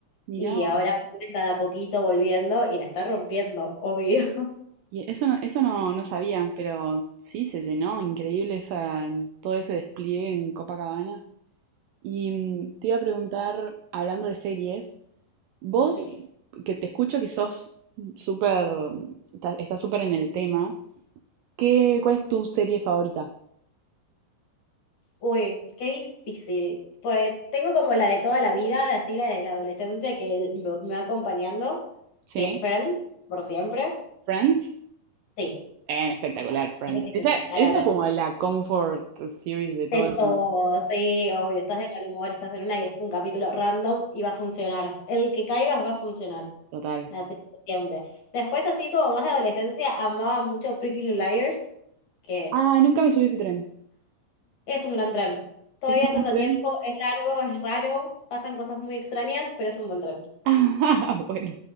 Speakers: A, on the right; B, on the left.
A: mira.
B: Y ahora está de a poquito volviendo y la está rompiendo, obvio. <laughs>
A: Y eso no, eso no, no sabía, pero sí se llenó, increíble esa, todo ese despliegue en Copacabana. Y mm, te iba a preguntar, hablando de series, Vos,
B: Sí.
A: que te escucho que sos súper, ta- estás súper en el tema, ¿qué, cuál es tu serie favorita?
B: Uy, qué difícil. Pues tengo como la de toda la vida, así la de la adolescencia que lo- me va acompañando,
A: ¿Sí?
B: que es Friend, por siempre.
A: ¿Friends?
B: Sí,
A: Eh, espectacular, Friends.
B: eso te
A: Esa,
B: queda para
A: esa
B: ver.
A: es como la comfort series de todo
B: De
A: el
B: todo,
A: mundo,
B: sí, obvio, estás de mal humor, estás en una y es un capítulo random y va a funcionar. El que caigas va a funcionar.
A: total.
B: Así que siempre. Después, así como más de adolescencia, amaba mucho Pretty Little Liars, que
A: Ah, nunca me subí a ese tren.
B: Es un gran tren. Todavía
A: ¿Ese ¿Es
B: estás
A: un
B: a
A: tren?
B: tiempo,
A: <laughs>
B: es largo, es raro, pasan cosas muy extrañas, pero es un buen tren.
A: Ah, bueno,